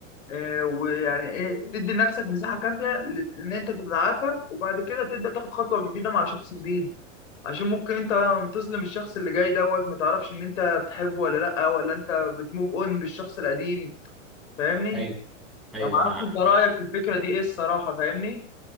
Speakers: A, on the left (about 80°); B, in the centre.
A: آه، ويعني ايه تدي لنفسك مساحه كافيه ل- ان انت تتعافى وبعد كده تبدا تاخد خطوه جديده مع شخص جديد عشان ممكن انت لما تظلم الشخص اللي جاي دوت ما تعرفش ان انت بتحبه ولا لا ولا انت بتموف اون بالشخص القديم فاهمني
B: ايوه ايوه
A: انا ما اعرفش
B: انا
A: انت رايك في الفكره دي ايه الصراحه فاهمني